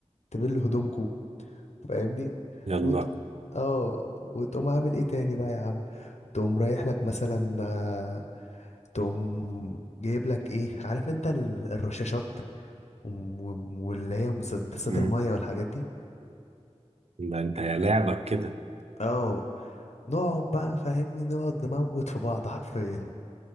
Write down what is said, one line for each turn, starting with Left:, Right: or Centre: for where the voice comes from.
Left: تبلوا هدومكوا فاهمني
Right: يلا
Left: وت... اه وتقوم عامل ايه تاني بقى يا عم تقوم رايح لك مثلا آه، تقوم جايب لك ايه عارف انت ال- الرشاشات وم- وم- واللي هي مسدسات
Right: مم.
Left: المية والحاجات دي
Right: ده انت يا لعبك كده
Left: اه نقعد بقى فاهمني نقعد نموت في بعض <laughs> حرفيا